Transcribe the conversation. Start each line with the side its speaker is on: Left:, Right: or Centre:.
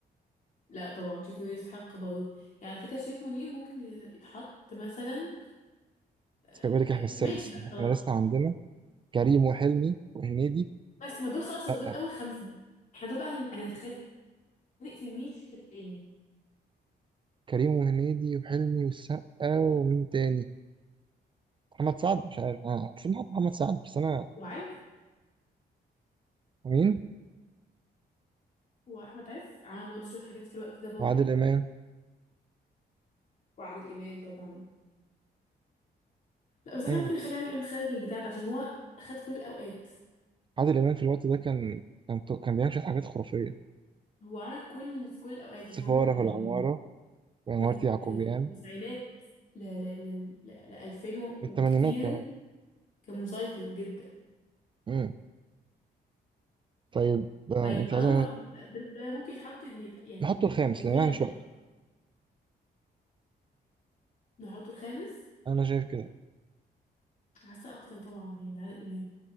Left: لا طبعا شريف منير يستحق برضه يعني على فكرة شريف منير ممكن يتحط مثلا آه،
Right: بس خلي بالك احنا السادس
Left: ماشي لا
Right: احنا
Left: خلاص
Right: لسه عندنا كريم وحلمي وهنيدي
Left: بس ما دول خلاص هو دول
Right: لا
Left: اول خمسه احنا دول بقى هن- هنتخانق في مين في التاني
Right: كريم وهنيدي وحلمي والسقا ومين تاني محمد سعد مش عارف اه بس نحط محمد سعد بس انا
Left: وعز
Right: مين
Left: واحمد عز عمل برضه شويه حاجات في الوقت ده برضه
Right: وعادل امام
Left: وعادل امام طبعا لا بس احنا
Right: مم.
Left: ممكن نخلي عادل امام خارج البتاع ده عشان هو خد كل الاوقات
Right: عادل امام في الوقت ده كان كان تو- كان بيعمل شويه حاجات خرافيه
Left: هو عمل كل في كل الاوقات
Right: السفاره
Left: يعني هو من من
Right: في العماره
Left: من
Right: وعماره
Left: من
Right: يعقوبيان
Left: من التسعينات ل ل ل ل 2000 وكتير
Right: بالثمانينات كمان
Left: كان مسيطر جدا
Right: مم. طيب آه
Left: فيعني
Right: انت
Left: حرام
Right: عايز
Left: نح- ده, ده ممكن يتحط ان يت- يعني
Right: نحطه الخامس
Left: بكل
Right: لان انا
Left: الناس
Right: مش وقته
Left: نحطه الخامس
Right: انا شايف كده
Left: حاسة أكتر طبعا يعني ده عادل إمام